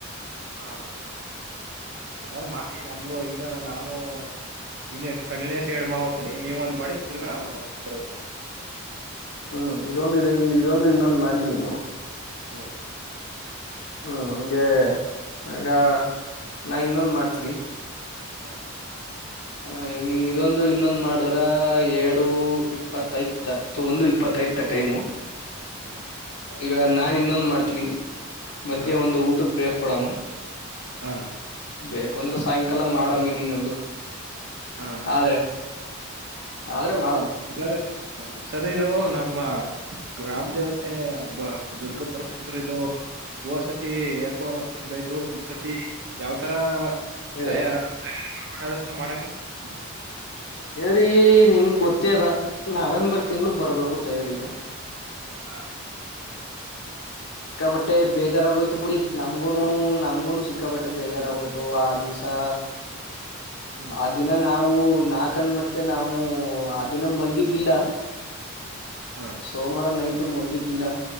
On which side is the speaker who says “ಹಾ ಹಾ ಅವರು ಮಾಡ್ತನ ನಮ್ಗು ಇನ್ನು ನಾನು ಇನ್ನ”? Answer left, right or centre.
Right